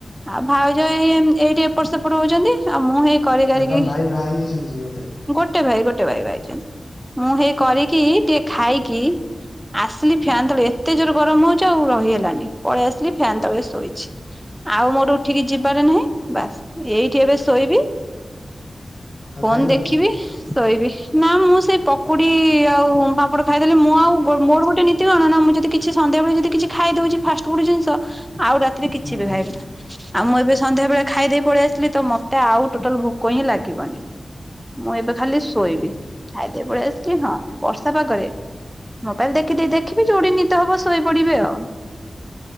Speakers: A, in the centre; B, on the left (about 65°).
A: ଆଉ ଭାଉଜ ଏଇ ଉଁ ଏଇଠି ଏପଟ ସେପଟ ହଉଛନ୍ତି ଆଉ ମୁଁ ହେଇ କରି କରିକି
B: ମାନେ ତମ ଭାଇ ବାହା ହେଇଯାଇଛନ୍ତି କି ଗୋଟେ?
A: ଗୋଟେ ଭାଇ ଗୋ ଛନ୍ତି ମୁଁ ହେଇ କରିକି
B: ଓହୋ।
A: ଟିକେ ଖାଇକି ଆସିଲି ଫ୍ୟାନ ତଳେ ଏତେ ଜୋର ଗରମ ହଉଛି ଆଉ ରହି ହେଲାନି ପଳେଇ ଆସିଲି ଫ୍ୟାନ ତଳେ ଶୋଇଛି। ଆଉ ମୋର ଉଠିକି ଯିବାରେ ନାହିଁ ବାସ୍। ଏଇଠି ଏବେ ଶୋଇବି
B: ଆଉ
A: ଫୋନ୍
B: ଖାଇବନି
A: ଦେଖିବି ଶୋଇବି ନା ମୁଁ ସେଇ ପକୁଡି ଆଉ ପାମ୍ପଡ଼ ଖାଇଦେଲି ମୁଁ ଆଉ ମୋର ଗୋଟେ ନୀତି କଣ ନା ମୁଁ ଯଦି କିଛି ସନ୍ଧ୍ୟାବେଳେ ଯଦି କିଛି ଖାଇ ଦଉଛି ଫାଷ୍ଟ ଫୁଡ ଜିନିଷ ଆଉ ରାତିରେ କିଛି
B: ହୁଁ।
A: ବି ଖାଇବି ନା ଆଉ ମୁଁ ଏବେ ସନ୍ଧ୍ୟା ବେଳେ ଖାଇଦେଇ ପଳେଇ ଆସିି ମତେ ଆଉ ଟୋଟାଲ ଭୋକ ହିଁ ଲାଗିବନି ମୁଁ ଏବେ ଖାଲି ଶୋଇବେ
B: ଓହୋ।
A: ଖାଇଦେଇ କି ପଳେଇ ଆସିଲେ ହଁ ବର୍ଷା ପାଗରେ ମୋବାଇଲ ଦେଖିବି ଦେଖିବି ଯୋଉଠି ନିଦ ହବ ଶୋଇପଡିବି ଆଉ।